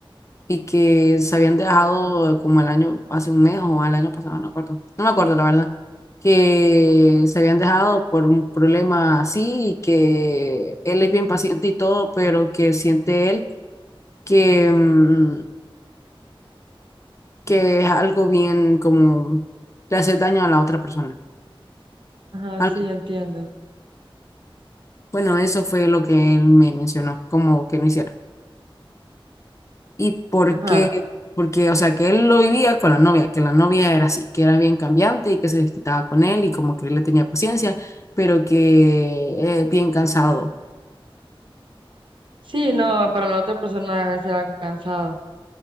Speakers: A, on the left; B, on the right.
A: y que se habían dejado como el año, hace un mes o al año pasado, no me acuerdo, no me acuerdo la verdad, que se habían dejado por un problema así y que él es bien paciente y todo, pero que siente él que... mm, que es algo bien como le hace daño a la otra persona.
B: Ajá, sí,
A: Algo-
B: entiendo.
A: Bueno, eso fue lo que él me mencionó, como que no hiciera. ¿Y por
B: Ajá.
A: qué? Porque, o sea, que él lo vivía con la novia, que la novia era así, que era bien cambiante y que se desquitaba con él y como que él le tenía paciencia, pero que eh, bien cansado.
B: Sí, no, para la otra persona debe ser algo cansado.